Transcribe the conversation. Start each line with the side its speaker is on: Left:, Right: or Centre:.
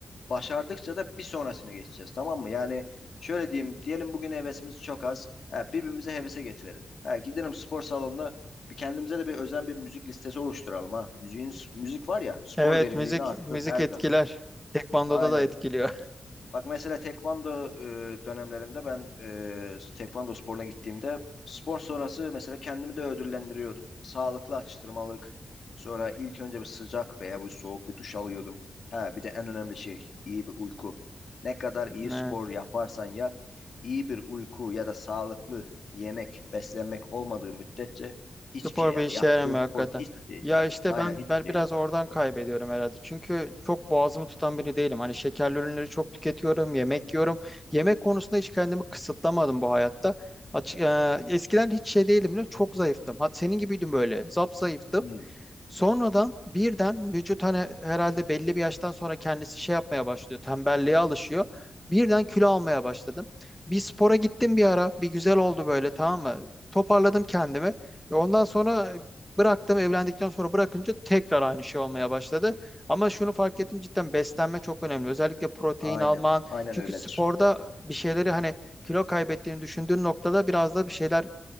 Left: Başardıkça da bir sonrasına geçeceğiz tamam mı? Yani şöyle diyeyim diyelim bugün hevesimiz çok az. Ha, birbirimize hevese getirelim. Ha, gidelim spor salonuna bir kendimize de bir özen bir müzik listesi oluşturalım ha. Müziğin, müzik var ya spor
Centre: evet
Left: verimliliğini
Centre: müzik
Left: artırır
Centre: müzik
Left: her
Centre: etkiler.
Left: zaman.
Centre: Tekvandoda
Left: Aynen.
Centre: da etkiliyor.
Left: Bak mesela tekvando e, dönemlerimde ben e, tekvando sporuna gittiğimde spor sonrası mesela kendimi de ödüllendiriyordum. Sağlıklı atıştırmalık. Sonra ilk önce bir sıcak veya bu soğuk bir duş alıyordum. Ha bir de en önemli şey iyi bir uyku. Ne kadar iyi
Centre: <laughs>
Left: spor yaparsan yap, iyi bir uyku ya da sağlıklı yemek, beslenmek olmadığı müddetçe
Centre: Spor
Left: hiçbir şey yani
Centre: bir işe
Left: yaptığın
Centre: yaramıyor hakikaten.
Left: spor hiçbir şeydir.
Centre: Ya işte
Left: Aynen
Centre: ben
Left: hiçbir
Centre: ben biraz
Left: şeydir.
Centre: oradan kaybediyorum herhalde. Çünkü çok boğazımı tutan biri değilim. Hani şekerli ürünleri çok tüketiyorum, yemek yiyorum. Yemek konusunda hiç kendimi kısıtlamadım bu hayatta. Açık, eee, eskiden hiç şey değilim, biliyor musun? Çok zayıftım. Hat senin gibiydim böyle. Zap zayıftım.
Left: Hmm.
Centre: Sonradan birden vücut hani herhalde belli bir yaştan sonra kendisi şey yapmaya başlıyor. Tembelliğe alışıyor. Birden kilo almaya başladım. Bir spora gittim bir ara. Bir güzel oldu böyle tamam mı? Toparladım kendimi. E Ondan sonra bıraktım. Evlendikten sonra bırakınca tekrar aynı şey olmaya başladı. Ama şunu fark ettim cidden beslenme çok önemli. Özellikle protein
Left: Aynen.
Centre: alman.
Left: Aynen
Centre: Çünkü
Left: öyledir.
Centre: sporda bir şeyleri hani kilo kaybettiğini düşündüğün noktada biraz da bir şeyler